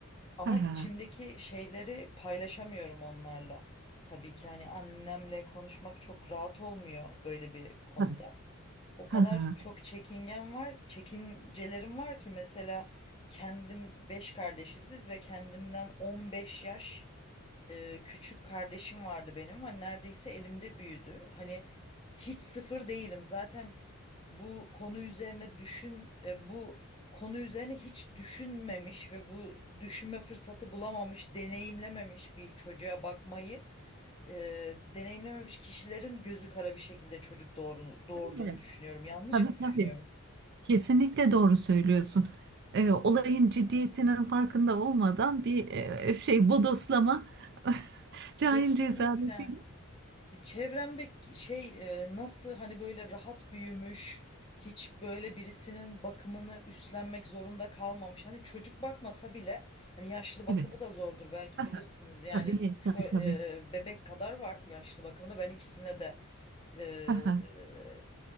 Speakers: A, on the left (about 25°); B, on the right (about 50°).
A: Ama
B: ha
A: içimdeki
B: ha.
A: şeyleri paylaşamıyorum onlarla. Tabii ki hani annemle konuşmak çok rahat olmuyor böyle bir konuda
B: Tabii.
A: o
B: Ha
A: kadar
B: ha.
A: çok çekingen var, çekincelerim var ki mesela kendim 5 kardeşiz biz ve kendimden 15 yaş e, küçük kardeşim vardı benim. Hani neredeyse elimde büyüdü. Hani hiç sıfır değilim. Zaten bu konu üzerine düşün e, bu konu üzerine hiç düşünmemiş ve bu düşünme fırsatı bulamamış, deneyimlememiş bir çocuğa bakmayı e, deneyimlememiş kişilerin gözü kara bir şekilde çocuk doğru, doğurduğunu
B: Değil mi?
A: düşünüyorum. Yanlış
B: Tabii
A: mı düşünüyorum?
B: tabii. Kesinlikle doğru söylüyorsun. Ee, olayın ciddiyetinin farkında olmadan bir e, şey bodoslama <laughs> cahil
A: Kesinlikle.
B: cezaleti.
A: Çevremde şey e, nasıl hani böyle rahat büyümüş, hiç böyle birisinin bakımını üstlenmek zorunda kalmamış. Hani çocuk bakmasa bile hani yaşlı bakımı
B: Evet.
A: da zordur belki
B: Ha
A: bilirsiniz.
B: ha.
A: Yani
B: Tabii
A: ço-
B: tabii tabii.
A: e, bebek kadar var yaşlı bakımında ben ikisine de e,
B: Ha ha.
A: e,